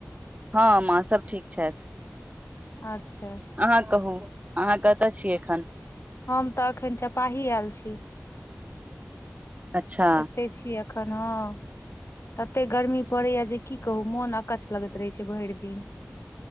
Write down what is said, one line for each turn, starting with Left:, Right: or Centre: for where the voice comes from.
Right: हँ माँ सब ठीक छथि।
Left: अच्छा।
Right: अहाँ कहू अहाँ कतऽ छी एखन।
Left: हम तऽ अखन चपाही आयल छी।
Right: अच्छा
Left: एतै छी एखन हँ, तते गर्मी पड़ैये जे की कहू मोन अकछ लगैत रहै छैय, भरि दिन